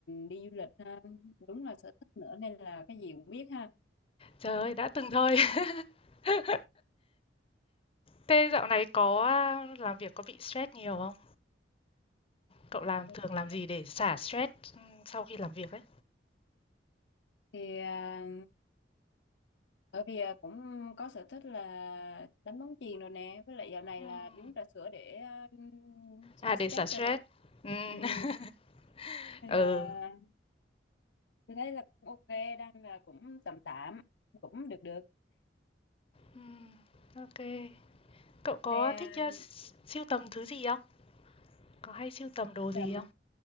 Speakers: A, on the left; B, on the left.
A: đi du lịch ha, đúng là sở thích nữa nên là cái gì cũng biết ha.
B: trời ơi, đã từng thôi. <laughs> Thế dạo này có, ờ, làm việc có bị stress nhiều không? Cậu làm
A: Tôi
B: thường
A: thì
B: làm gì để xả stress, ừm, sau khi làm việc ấy?
A: thì à, bởi vì à, cũng có sở thích là đánh bóng chuyền rồi nè, với lại dạo này
B: Ừm,
A: là đi uống trà sữa để à, xả
B: à, để
A: stress
B: xả stress.
A: rồi nè.
B: Ừm.
A: Ừm,
B: <laughs>
A: nên
B: Ừ.
A: là tôi thấy là cũng ok, đang là cũng tạm tạm, cũng được được.
B: Ừm, OK. Cậu có
A: Thì à,
B: thích, ơ, s sưu tầm thứ gì không? Có hay sưu tầm đồ gì
A: tầm
B: không?
A: à,